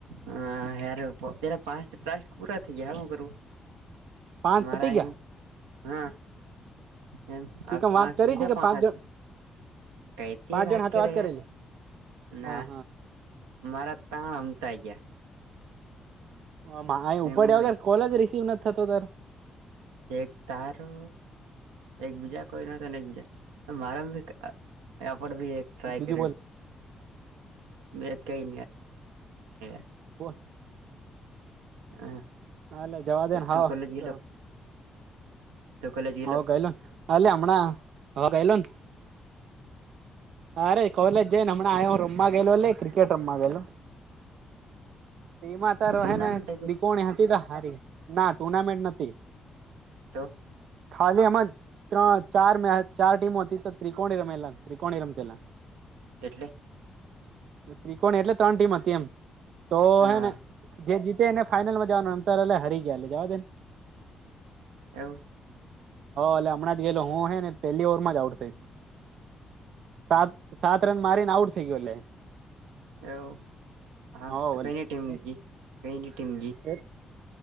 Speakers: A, on the right (about 85°); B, on the right (about 70°).
A: હા હયાર પેલા <unintelligible> પૂરા થઈ ગયા હ હું કરું.
B: પાંચ
A: મારા
B: પતી ગયા
A: <unintelligible> હા. એમ
B: કે
A: આ
B: કેમ
A: પાંચ
B: વાત કરી
A: બીજા
B: હતી કે
A: પાંચ.
B: જણ
A: કઈતી
B: પાંચ
A: વાત
B: જણ હાથે
A: કરે
B: કરેલી
A: યાર ના.
B: હા
A: મારા તણ અમતાઈ ગયા.
B: <unintelligible>
A: ગયા
B: ઉપડ્યા
A: એમ જ
B: વગર કોલ જ રિસીવ ન થતો તાર.
A: એક તારો એકબીજા કોઈ નતો એકબીજા <inaudible> આપ બી એક ટ્રાય
B: બીજું
A: કર મે કઈ <inaudible>
B: <inaudible>
A: <inaudible>
B: હા <unintelligible> જવાબ દેન હાવ
A: તું કોલેજ ગેલો
B: કર.
A: તું કોલેજ
B: <inaudible>
A: ગેલો
B: હ હમણાં હ ગાઈલોન. અરે કોલેજ જઈ ને હમણાં <unintelligible> રૂમમાં ગયેલો લે. ક્રિકેટ રમમાં ગયેલો ઈમાં તારો
A: ટુર્નામેન્ટ
B: હેને
A: હતી
B: બિકોણી હતી ત હારી ના ટુર્નામેન્ટ નતી.
A: તો
B: ખાલી એમજ ત્રણ ચાર મે ચાર ટીમો હતી તો ત્રિકોણી રમેલા ત્રિકોણી રમચેલા
A: એટલે
B: ત્રિકોણી એટલે ત્રણ ટીમ હતી એમ તો
A: હા
B: હે ને જે જીતે એને ફાઈનલમાં જવાનું અંતર એલે હરી ગયા એલે જવા દેને.
A: <unintelligible>
B: એલે હમણાં <unintelligible> હું હે ને પેલી ઓવરમાં જ આઉટ થઈશું. સાત સાત રન મારીને આઉટ થઈ ગયો એટલે
A: એવ હા <unintelligible>
B: હવ
A: કઈને
B: એટલે
A: ટીમ ગ કઈને ટીમ ગ
B: <unintelligible>